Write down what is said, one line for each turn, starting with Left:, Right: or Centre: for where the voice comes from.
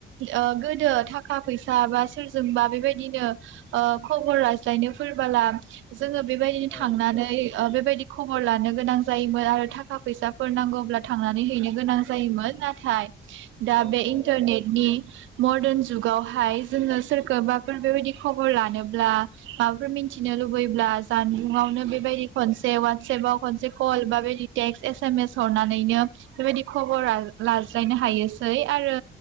Right: ओ गोदो थाखा फैसा बा सोरजोंबा बेबायदिनो खबर लाज्लायनो फोरबोला। जोंङो बेबायदिनो
Centre: औ
Right: थांनानै बेबायदि। खबर लानो गोनां जायोमोन आरो थाखा फैसाफोर नांगौ अब्ला थांनानै हैनो गोनां जायोमोन नाथाय दा
Centre: औ
Right: बे
Centre: औ
Right: इन्टारनेटनि। मर्दार्न जुगावहाय जोंङो सोरखौबाफोर बेबायदि खबर लानोब्ला माबाफोर मिथिनो लुबैब्ला जानबुंआवनो बेबायदि खनसे सोरबा खनसे कल बा बेदि टेक्स्ट एस एम एस हरनानैनो बेबायदि खबर <unintelligible> लाज्लायनो हायोसै आरो